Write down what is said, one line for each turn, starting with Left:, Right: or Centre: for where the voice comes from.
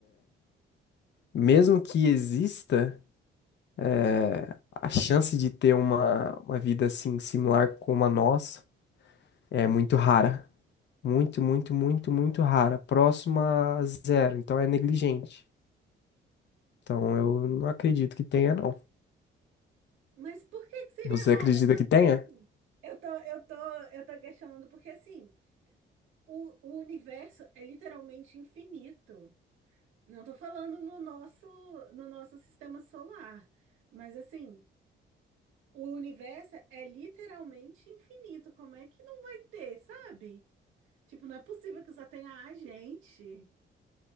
Left: mesmo que exista, é, a chance de ter uma, uma vida assim similar como a nossa é muito rara. Muito, muito, muito, muito rara. Próxima a zero. Então é negligente. Então eu não acredito que tenha, não.
Right: Mas por que que seria
Left: Você
Right: rara?
Left: acredita
Right: Não,
Left: que
Right: tipo
Left: tenha?
Right: assim, eu tô, eu tô, eu tô questionando porque assim, O, o universo é literalmente infinito. Não estou falando no nosso, no nosso sistema solar, mas assim, o universo é literalmente infinito. Como é que não vai ter, sabe? Tipo, não é possível que só tenha a gente